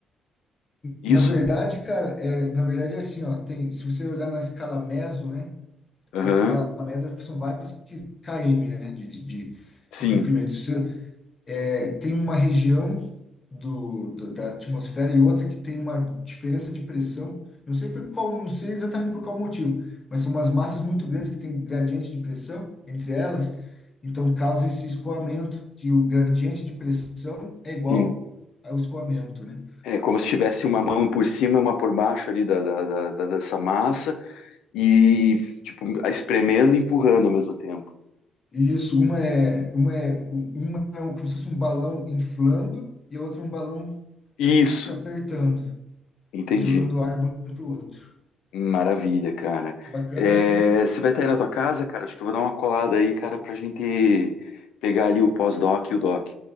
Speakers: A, on the left; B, on the left.
A: Isso?
B: Na verdade, cara, é, na verdade é assim, ó, tem, se você olhar na escala meso, né,
A: Aham.
B: que a escala meso são várias que km, né, de, de, de
A: Sim,
B: de comprimento. Se você é, tem uma região do, do- da atmosfera e outra que tem uma diferença de pressão. Não sei por qual, não sei exatamente por qual motivo, mas são umas massas muito grandes que têm gradiente de pressão entre elas, então causa esse escoamento, que o gradiente de pressão é igual
A: sim.
B: ao escoamento, né?
A: É como se tivesse uma mão por cima e uma por baixo ali da, da, da, da- dessa massa e, tipo, espremendo e empurrando ao mesmo tempo.
B: E Isso, uma é, uma é, uma é um, como se fosse um balão inflando e a outra um balão
A: Isso,
B: se apertando
A: entendi.
B: e jogando ar de um para o outro.
A: Maravilha, cara.
B: Bacana,
A: É,
B: né?
A: você vai estar aí na tua casa, cara? Acho que eu vou dar uma colada aí, cara, pra gente pegar ali o pós-doc e o doc,